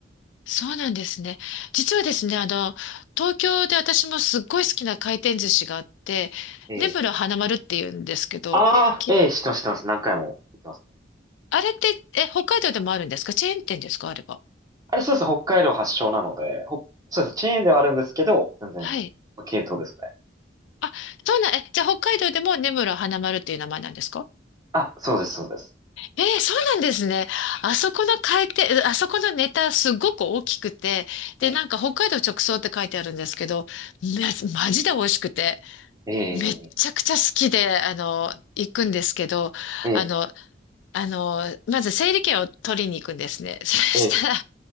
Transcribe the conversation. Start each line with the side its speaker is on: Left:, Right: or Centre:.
Left: そうなんですね。実はですね、あの、東京で私もすっごい好きな回転寿司があって、
Right: ええ。
Left: 根室花丸っていうんですけど、
Right: ああ、
Left: き
Right: ええ、知ってます、知ってます。何回も言ってますね。
Left: あれって、え、北海道でもあるんですかチェーン店ですかあれば。
Right: あれそうですね、北海道発祥なので、ほそうです、チェーンではあるんですけど、全然、
Left: はい。
Right: 系統ですね。
Left: あ、そうなん、え、じゃあ北海道でも根室花丸っていう名前なんですか
Right: あ、そうです、そうです。
Left: ええ、そうなんですね。あそこの回転、あそこのネタすごく大きくて、
Right: ええ、
Left: で、なんか北海道直送って書いてあるんですけど、め、マジで美味しくて、
Right: ええ、
Left: めっちゃくちゃ好きで、あの、行くんですけど、
Right: ええ、
Left: あの、あの、まず整理券を取りに行くんですね。<laughs> そしたら、
Right: ええ、